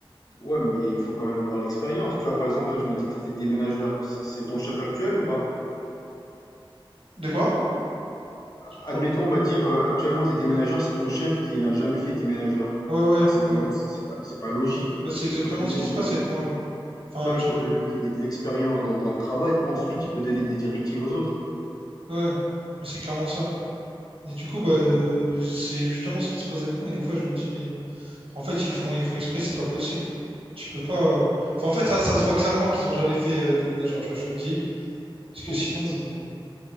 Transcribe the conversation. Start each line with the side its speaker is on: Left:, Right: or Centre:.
Left: Ouais, mais il faut quand même avoir l'expérience. Tu vois, par exemple, toi, tu m'as dit que tu étais déménageur, c'est c'est ton chef actuel ou pas?
Right: De quoi? J'ai pas
Left: Admettons,
Right: entendu.
Left: on va dire, euh, actuellement, tu es déménageur, c'est ton chef qui n'a jamais fait de déménageur.
Right: Ouais, ouais,
Left: Bah, c'est
Right: ouais,
Left: pas, lo-
Right: ouais.
Left: c'est pas, c'est pas logique.
Right: Bah, c'est exactement
Left: Il faut que le
Right: ce
Left: mec
Right: qui se
Left: il
Right: passe avec moi, là. Enfin,
Left: Tu vois,
Right: actuellement.
Left: il faut que le mec il ait de l'expérience dans, dans le travail. Ensuite, il peut donner des directives aux autres.
Right: Ouais. Mais c'est clairement ça. Et du coup, bah,
Left: Ouais,
Right: euh, c'est justement ce qui se passe avec moi. Et des fois, je me dis, mais en fait, ils font, ils font exprès, c'est pas possible. Tu peux pas. euh, Enfin, en fait, ça, ça se voit clairement qu'ils ont jamais fait euh, des ménagères, tu vois, je te le dis.
Left: c'est-
Right: Parce que
Left: ouais,
Right: sinon,
Left: c'est-